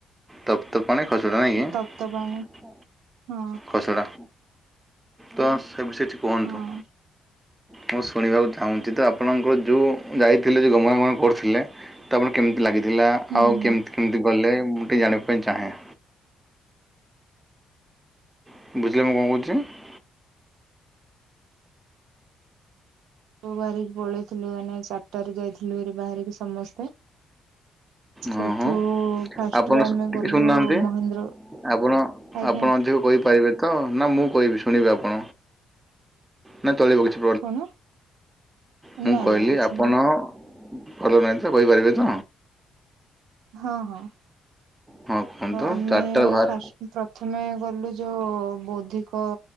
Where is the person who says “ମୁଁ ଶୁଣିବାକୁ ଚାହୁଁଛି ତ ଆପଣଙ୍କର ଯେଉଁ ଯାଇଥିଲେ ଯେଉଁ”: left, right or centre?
Right